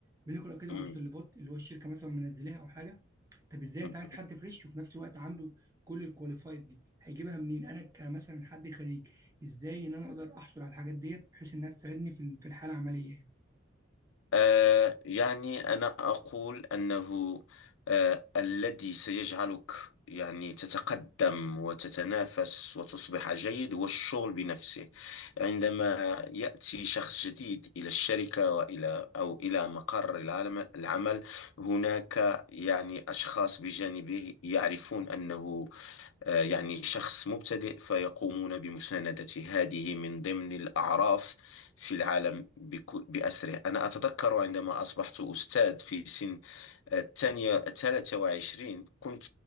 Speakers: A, on the right; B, on the left.
A: بنقرا كده
B: مم،
A: متطلبات اللي هو الشركه مثلا منزلاها او حاجه طب ازاي
B: مم.
A: انت عايز حد فريش وفي نفس الوقت عنده كل الكواليفايد دي هيجيبها منين انا كمثلا حد خريج ازاي ان انا اقدر احصل على الحاجات ديت بحيث انها تساعدني في ال- في الحاله العمليه يعني.
B: آه يعني أنا أقول أنه آه الذي سيجعلك يعني تتقدم وتتنافس وتصبح جيد هو الشغل بنفسه عندما يأتي شخص جديد إلى الشركة وإلى أو إلى مقر العالم- العمل هناك يعني أشخاص بجانبه يعرفون أنه آه، يعني شخص مبتدئ فيقومون بمساندته هذه من ضمن الأعراف في العالم بكل- بأسره أنا أتذكر عندما أصبحت أستاذ في سن الثانية الثالثة وعشرين كنت